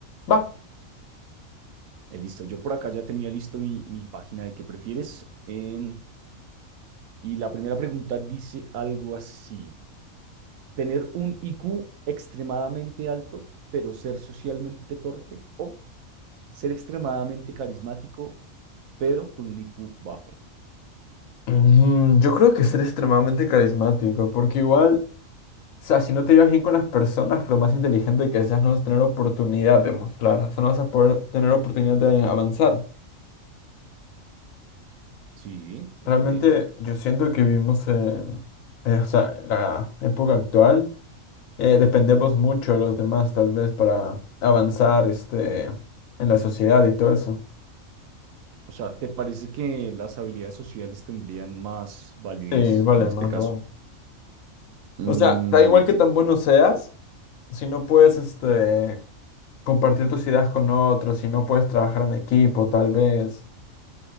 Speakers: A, on the left (about 75°); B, on the right (about 75°).
A: va.
B: Eh, listo, yo por acá ya tenía listo mi, mi página de qué prefieres. Em, y la primera pregunta dice algo así. ¿Tener un IQ extremadamente alto, pero ser socialmente torpe? ¿O ser extremadamente carismático, pero con un IQ bajo?
A: Mm, yo creo que ser extremadamente carismático, porque igual, o sea, si no te llevas bien con las personas, pero más inteligente que seas, no vas a tener oportunidad de mostrar, o sea, no vas a poder tener oportunidad de avanzar.
B: Sí, ok.
A: Realmente yo siento que vivimos en, eh, o sea, en la época actual. eh, dependemos mucho de los demás tal vez para avanzar este, en la sociedad y todo eso.
B: O sea, ¿te parece que las habilidades sociales tendrían más validez
A: Sí, vale,
B: en este
A: más
B: caso?
A: vale.
B: Mm,
A: O sea, da igual que tan bueno seas, si no puedes este, compartir tus ideas con otros, si no puedes trabajar en equipo tal vez,